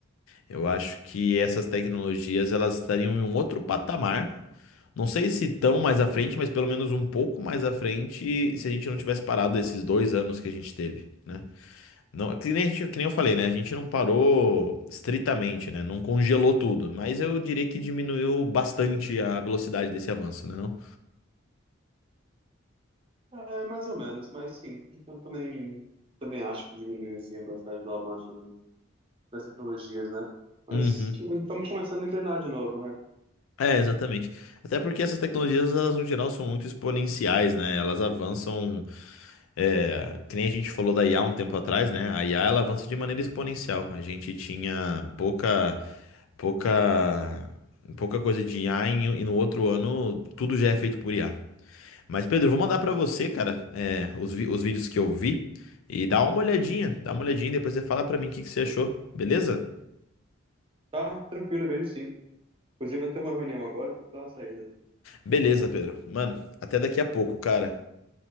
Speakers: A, on the left (about 75°); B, on the right (about 25°).
A: Eu acho que essas tecnologias elas estariam em um outro patamar. Não sei se tão mais à frente, mas pelo menos um pouco mais à frente, se a gente não tivesse parado esses dois anos que a gente teve, né? Não, que nem, a gente- que nem eu falei, né? A gente não parou estritamente, né? Não congelou tudo, mas eu diria que diminuiu bastante a velocidade desse avanço, né? Não?
B: É, mais ou menos, mas sim, eu também, também acho que diminui assim, a velocidade do avanço né, das tecnologias, né? Mas
A: Uhum.
B: tipo, estamos começando a engrenar de novo, né?
A: É, exatamente. Até porque essas tecnologias, elas no geral são muito exponenciais, né? Elas avançam É, que nem a gente falou da IA um tempo atrás, né? A IA ela avança de maneira exponencial. A gente tinha pouca, pouca, pouca coisa de IA em- e e no outro ano tudo já é feito por IA. Mas Pedro, eu vou mandar pra você, cara, é, os, vi- os vídeos que eu vi e dá uma olhadinha, dá uma olhadinha, depois você fala pra mim o que que você achou, beleza?
B: Tá, tranquilo, eu vejo sim. Inclusive, eu vou ter uma reunião agora, porque tá uma saída.
A: Beleza, Pedro. Mano, até daqui a pouco, cara.